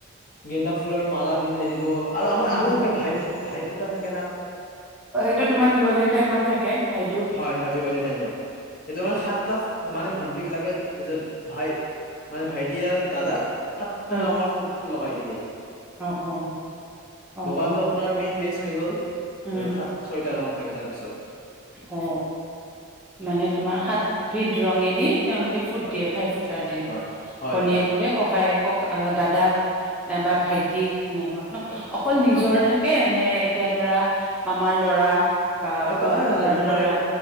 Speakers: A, on the left (about 40°); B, in the centre.
A: গেন্দা ফুলৰ মালা পিন্ধাই দিব। আৰু আমাৰ
B: হম
A: আৰু
B: হম
A: থাকে ভাই ভাই ফুটা থাক
B: সেইটো তোমাৰ দীঘলীয়া টাইমত থাকে, ভাই
A: হয়, হয়, দিৱালী টাইমত, সেইটো মানে সাতটা মানে ভন্ট বিলাকে, নিজৰ ভাই মানে ভাইটি আৰু দাদাক সাতটা
B: উম
A: ৰঙৰ ফুট লগাই দিয়ে।
B: অ অ অ
A: বগাটো
B: অ
A: আপোনাৰ মেইন বেচ থৈ গ'ল।
B: উম
A: তাৰ সাত-ছয়টা ৰং থাকে তাৰপিছত।
B: অ', অ। মানে তোমাৰ সাত বিধ ৰঙেদি তেওঁলোকে ফুট
A: হয়
B: দিয়ে ভাই ফুটাৰ দিনা,
A: হয় হয়
B: ভনীয়েক
A: হয়
B: বোৰে
A: হয়
B: ককায়েক আ', দাদাক নাইবা ভাইটিক সেনেকুৱা ন,
A: হয়
B: অকল নিজৰ
A: হয়
B: থাকে এনে, এতিয়া ধৰা মামাৰ ল'ৰা বা
A: হয়
B: খুক খূৰাৰ
A: কৰে
B: ল'ৰা।